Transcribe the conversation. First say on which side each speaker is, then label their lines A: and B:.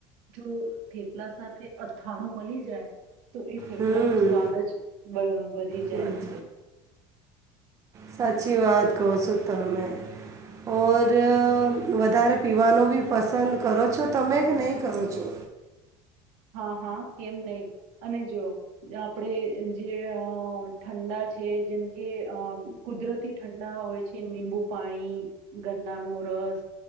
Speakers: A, on the right; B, on the right.
A: જો થેપલા સાથે અથાણું મલી જાય તો એ થેપલા
B: હમ
A: નો સ્વાદ અજ બ વધી જાય
B: ગુડ.
A: છે.
B: સાચી વાત કહો સો તમે. ઓર અહ વધારે પીવાનું બી પસંદ કરો છો તમે કે નહીં કરો છો?
A: હા હા કેમ નહી અને જોઓ આપડે જે અહ ઠંડા છે જેમ કે અહ કુદરતી ઠંડા હોય છે નિબુ પાણી ગરનાનો રસ